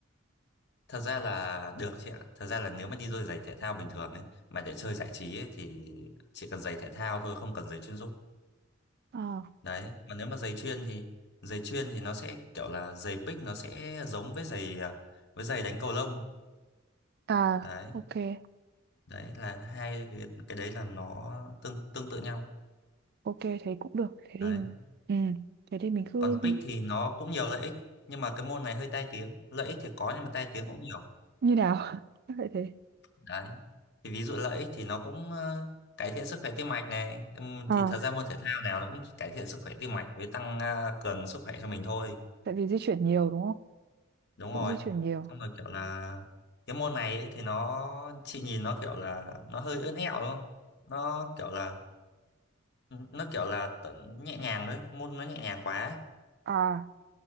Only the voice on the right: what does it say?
Ờ.
À,
ok.
Ok, thế cũng được. Thế thì
ừ, thế thì mình cứ
như nào? <laughs> Chắc vậy thế.
À,
tại vì di chuyển nhiều đúng không?
Cũng
di chuyển nhiều.
À